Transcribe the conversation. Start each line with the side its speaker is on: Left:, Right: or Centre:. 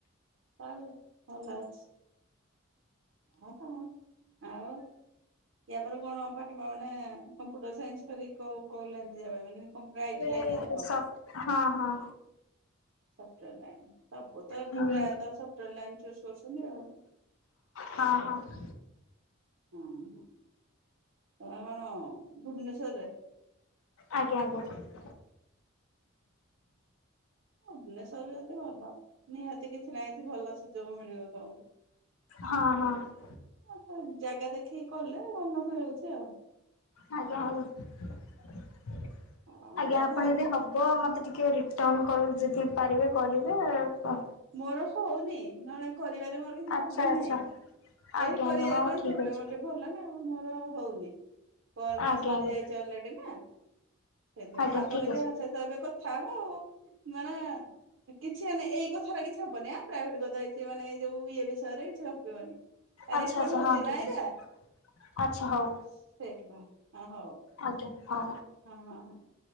Right: ଚଳିବ ଭଲ ଅଛି। ଆ, ତୋମ ଆଉ ୟା ପରେ କଣ ପାଠପଢା ନା କମ୍ପ୍ୟୁଟର ସାଇନ୍ସ ଖାଲି କୋଉ କୋଉ ଲାଇନ୍ ଯିବା ପାଇଁ ମାନେ କମ୍ପ୍ୟୁଟର ଆଇଟି
Left: ରେ
Right: ଲାଇନ ଯିବ।
Left: ସ-ହଁ ହଁ
Right: ସଫ୍ଟୱେର୍ ଲାଇନ୍ ସବୁ ତ ଏବେ
Left: ହୁଁ
Right: ପ୍ରାୟତ ସଫ୍ଟୱେର ଲାଇନୁ ଚୁସ୍ କରୁଛନ୍ତି ଆଉ।
Left: ହଁ, ହଁ।
Right: ହଁ, ହଁ ତୋମେ କଣ ଭୁବନେଶ୍ୱରରେ?
Left: ଆଜ୍ଞା, ଆଜ୍ଞା।
Right: ଭୁବନେଶ୍ଵରରେ ଯଦି ଭଲ ନିହାତି କିଛି ନାହିଁ ଏଠି ଭଲ ସୁଯୋଗ ମିଳିବ ତୋମକୁ।
Left: ହଁ, ହଁ।
Right: ହଁ ତ ଜାଗା ଦେଖିକି କଲେ ଭଲ ବି ହେଉଛି ଆଉ।
Left: ଆଜ୍ଞା, ଆଜ୍ଞା,
Right: ଆଉ
Left: ଆଜ୍ଞା
Right: ତାହେଲେ
Left: ଆପଣ
Right: ଘର
Left: ଯଦି ହବ ବ ମୋତେ ଟିକେ ରିଟର୍ଣ୍ଣ କଲ୍ ଯଦି ପାରିବେ କରିବେ ତ।
Right: ମୋର ହଉନି ନହେଲେ କରିବାରେ ମୋର କିଛି
Left: ଆଚ୍ଛା
Right: ପ୍ରୋବ୍ଲେମ୍
Left: ଆଚ୍ଛା
Right: ନାହିଁ।
Left: ଆଜ୍ଞା
Right: <unintelligible> କରିବାରେ
Left: ଆଜ୍ଞା ହଉ
Right: କଣ
Left: ଠିକ୍
Right: ପ୍ରୋବ୍ଲେମ୍
Left: ଅଛି
Right: ଗୋଟେ ଭଲ ନା ଆଉ। ମୋର ହଉନି। କଲ୍
Left: ଆଜ୍ଞା
Right: ବା ସରି
Left: ଆଜ୍ଞା।
Right: ଯାଇଛି ଅଲରେଡି ନା ସେଥିପାଇଁ।
Left: ଆଜ୍ଞା
Right: ଆଉ ତୋମେ
Left: ଠିକ୍ ଅଛି
Right: ଯାହା ସହିତ ଏବେ କଥା ହବ ଆଉ ମାନେ ଏ ହେଲେ କିଛି ଏଇ କ ଥାର କିଛି ହବନି ଆଁ, ପ୍ରାଇଭେଟ୍ କଥା କିଛି ମାନେ ଏ ଯୋଉ ଇଏ ବିଷୟରେ କିଛି ଗପିବନି। ଆ,
Left: ଆଚ୍ଛା
Right: ରେକର୍ଡ
Left: ଆଚ୍ଛା
Right: ହଉଛି
Left: ହଁ ଠିକ୍
Right: ନାଇଁରା
Left: ଅଛି ଆଚ୍ଛା ହଉ
Right: ସେଥିପାଇଁ ହଁ ହଉ।
Left: ଆଜ୍ଞା ହଁ।
Right: ହଁ, ହଁ, ହଁ।